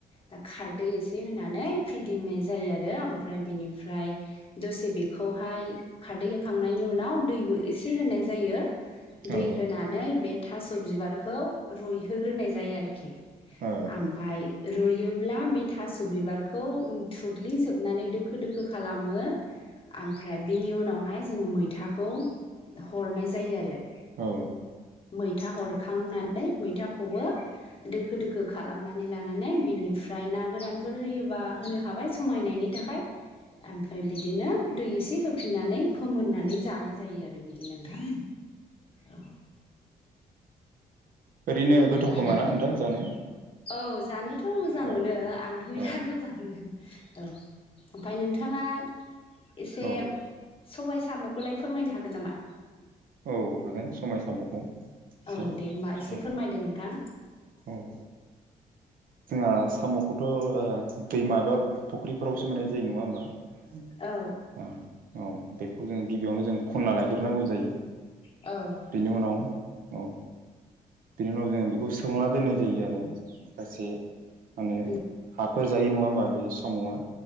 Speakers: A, on the left; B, on the right.
A: दा खारदै एसे होनानै फिदिंनाय जायो आरो। ओमफ्राय बेनिफ्राय दसे बेखौहाय खारदै होखांनायनि उनाव दैबो एसे होनाय जायो।
B: औ
A: दै होनानै बे थास' बिबारखौ रुइहोग्रोनाय जायो आरोखि।
B: ओ।
A: ओमफ्राय रुयोब्ला बे थास' बिबारखौ थुग्लिजोबनानै दो दोखो दोखो खालामो। ओमफ्राय बिनि उनावहाय जोङो मैथाखौ हरनाय जायो आरो।
B: औ।
A: मैथा हरखांनानै मैथाखौबो दोखो दोखो खालामनानै लानानै बिनिफ्राय ना गोरानफोर होयोबा होनो हाबाय। समायनायनि थाखाय। ओमफ्राय बिदिनो दै एसे होफिननानै फोमोननानै जानाय जायो आरो बिदिनो। नोंथां। औ
B: ओरैनो गोथाव
A: ओमफ्राय
B: खोमा ना नोंथां जानो?
A: औ जानोथ' मोजां
B: औ
A: मोनो आंथ' बिराद
B: औ
A: मोजां मोनो औ। ओमफाय नोंथाङा एसे
B: औ
A: सबाय साम'खौलाय फोरमायनो हागोन नामा?
B: औ हागोन समाय साम'खौ एसे
A: औ दे होमबा एसे
B: औ
A: फोरमायदो नोंथां।
B: औ जोंहा साम'खौथ' ओ दैमा एबा फुख्रिफोरावसो मोननाय जायो नङा होमबा।
A: औ
B: औ बेखौ जों गिबियावनो जों खनन्ना लायग्रोनांगौ जायो।
A: औ
B: बेनि उनाव औ बिनि उनाव जों बेखौ सोंहांना दोननाय जायो आरो माखासे माने
A: उम
B: हाफोर जायो नङा होमबा बे साम'आ?